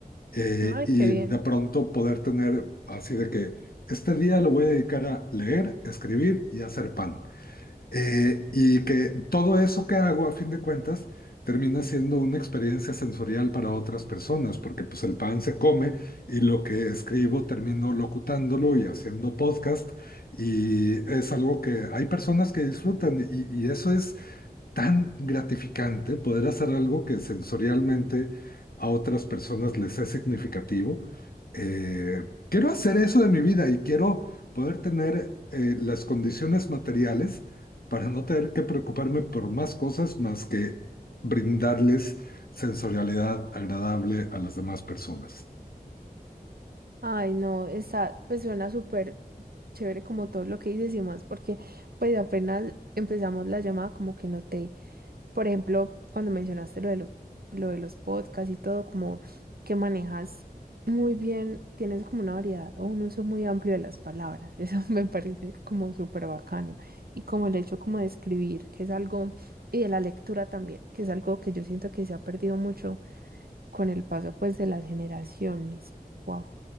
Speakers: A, on the left; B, on the right.
A: eh,
B: Ay,
A: y
B: qué bien.
A: de pronto poder tener así de que este día lo voy a dedicar a leer, escribir y hacer pan. Eh, y que todo eso que hago, a fin de cuentas, termina siendo una experiencia sensorial para otras personas, porque pues el pan se come y lo que escribo termino locutándolo y haciendo podcast y es algo que hay personas que disfrutan y, y eso es tan gratificante poder hacer algo que sensorialmente a otras personas les es significativo. Eh, quiero hacer eso de mi vida y quiero poder tener eh, las condiciones materiales para no tener que preocuparme por más cosas más que brindarles sensorialidad agradable a las demás personas.
B: Ay, no, está, pues suena súper chévere como todo lo que dices y más, porque pues apenas empezamos la llamada como que noté, por ejemplo, cuando mencionaste lo de los, lo de los podcasts y todo, como que manejas muy bien, tienes como una variedad o un uso muy amplio de las palabras, <laughs> eso me parece como súper bacano. Y como el hecho como de escribir, que es algo, y de la lectura también, que es algo que yo siento que se ha perdido mucho con el paso pues de las generaciones. Wow,